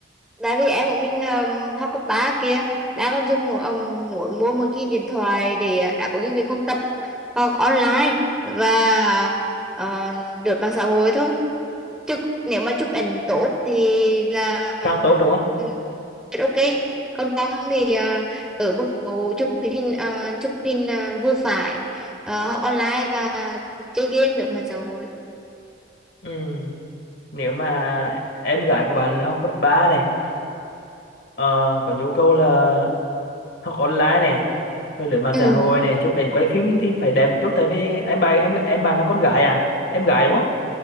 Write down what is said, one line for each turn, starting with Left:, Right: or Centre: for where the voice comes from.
Centre: tại vì em của mình um, học cấp 3 kia đã còn dùng một um, muốn mua một cái điện thoại để ờ, đáp ứng những việc học tập học online và ờ, lướt mạng xã hội thôi chứ nếu mà chụp ảnh tốt thì là
Left: càng tốt đúng không
Centre: ừ, ok còn con thì ờ, ở mức độ chụp hình ờ, chụp hình ờ, vừa phải ờ, học online và chơi game lướt mạng xã hội
Left: ừ nếu mà em gái của bạn là học cấp 3 này ờ, có nhu cầu là học online này rồi lướt mạng
Centre: ừ,
Left: xã hội này chụp ảnh quay phim thì phải đẹp một chút tại vì em bạn em em bạn là con gái à em gái đúng không